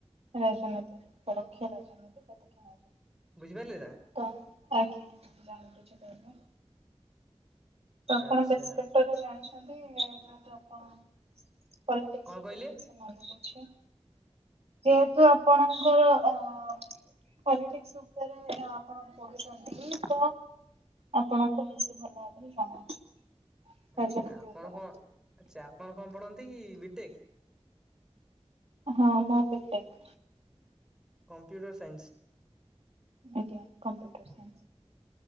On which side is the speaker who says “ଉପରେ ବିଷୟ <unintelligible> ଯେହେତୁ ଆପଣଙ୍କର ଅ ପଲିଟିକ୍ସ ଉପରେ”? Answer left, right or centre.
Right